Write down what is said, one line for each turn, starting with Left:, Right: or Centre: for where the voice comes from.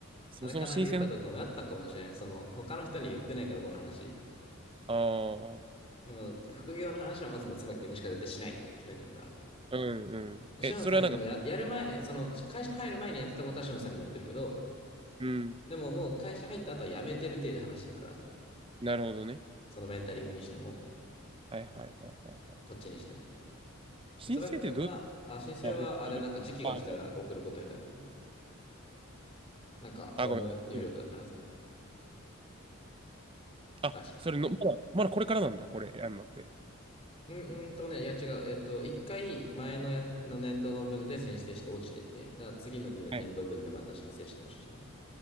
Right: そもそも申請の。
Left: あれかな、言うかどうか迷ったかもしれん。その、他の人に言ってないから、この話。
Right: ああ。
Left: でも、副業の話はまずもつばきくんにしか絶対しないって決めてるから。
Right: うんうん。
Left: シオンさんにもや、
Right: え、それはなんか、
Left: やる前、その会社入る前にやってたことはシオンさんにも言ってるけど、
Right: うん。
Left: でももう会社入った後は辞めてる体で話してるから、
Right: なるほどね。
Left: そのメンタリングにしても、
Right: はいはいはいはいはい。
Left: こっちにしても。
Right: 申請ってどうやって、
Left: 椿くんは、あ、申請はあれなんか時期が来たら送ることになると思う。
Right: あ、あ、でもあ
Left: なんかフォーム入力だったはず。
Right: ああごめん。今あ、
Left: 確か。
Right: それの、まだ、まだこれからなんだ、これ、やんのって。
Left: うんうんとね、いや違う。えっと、一回前のや、の年度の分で申請して落ちてて、だから次の2年年度分でまた申請し直しじゃない
Right: はい。